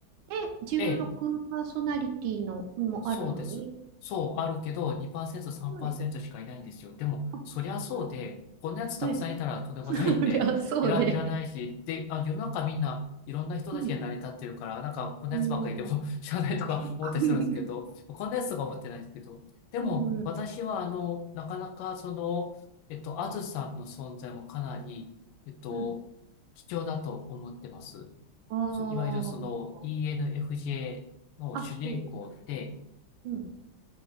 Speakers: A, on the right (about 75°); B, on the left (about 90°).
A: で、16パーソナリティのもあるのに。
B: ええそうです。そう、あるけど、2%、3%
A: はい。
B: しかいないんですよ。でも、
A: あ、
B: そりゃそうで、
A: すごいね。
B: こんなやつたくさんいたらとんでもないんで、
A: い。<laughs> そりゃそうで。
B: <laughs> いら、いらないし、で、あ、世の中みんないろんな人たちが成り立ってるから、
A: うん。
B: なんかこんなやつばっかりでも
A: うん。
B: <laughs>
A: <laughs>
B: 知らないとか思ったりするんですけど、こんなやつとか思ってないんですけど、でも、
A: うん。
B: 私は、あの、なかなか、その、えっと、あずさんの存在もかなり、えっと、
A: うんは
B: 貴重だと思ってます。
A: あ
B: そういわゆるその ENFJ の主人公って、
A: あ、そうですね。うん。